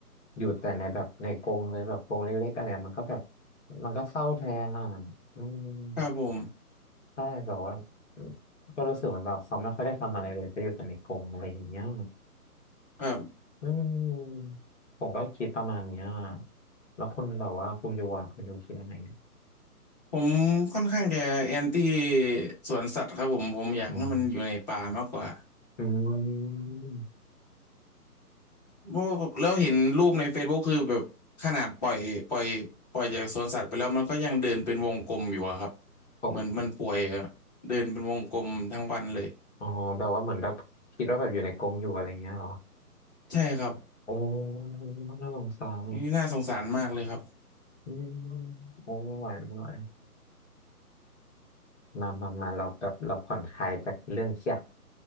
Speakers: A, on the left (about 50°); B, on the left (about 25°).
A: อยู่แต่ในแบบในกรงเลยแบบกรงเล็กๆอะไรเงี้ยมันก็แบบมันก็เศร้าแทนอ่ะอืม
B: ครับผม
A: ใช่แบบว่าก็รู้สึกเหมือนแบบเขาไม่ค่อยได้ทำอะไรเลยเขาอยู่แต่ในกรงอะไรอย่างเงี้ย
B: ครับ
A: อืมผมก็คิดประมาณเนี้ยแล้วคุณแบบว่าคุณอยูอ่ะคุณอยูคิดยังไงอะ
B: ผมค่อนข้างจะแอนตี้สวนสัตว์ครับผมผมอยากให้มันอยู่ในป่ามากกว่า
A: อืมอืม
B: เพราะแล้วเห็นรูปใน Facebook คือแบบขนาดปล่อยปล่อยปล่อยจากสวนสัตว์ไปแล้วมันก็ยังเดินเป็นวงกลมอยู่อะครับ
A: โอ้
B: เหมือนมันป่วยอะเดินเป็นวงกลมทั้งวันเลย
A: อ๋อแบบว่าเหมือนแบบคิดว่าแบบอยู่ในกรงอยู่อะไรเงี้ยเหรอ
B: ใช่ครับ
A: โอ้น่าสงสารเนี่ย
B: นี่น่าสงสารมากเลยครับ
A: อืมโอ้ไม่ไหวไม่ไหวมามา มาเราแบบเราผ่อนคลายจากเรื่องเครียด